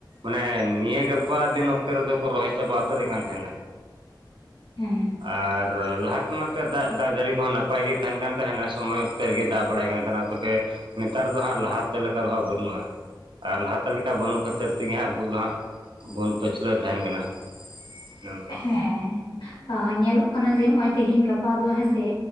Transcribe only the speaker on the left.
ᱦᱮᱸ
ᱦᱮᱸ ᱦᱚᱸ ᱧᱮᱞᱚᱜ ᱠᱟᱱᱟ ᱡᱮ ᱱᱚᱜ-ᱚᱭ ᱛᱮᱦᱮᱧ ᱜᱟᱯᱟ ᱫᱚ ᱦᱮᱸᱥᱮ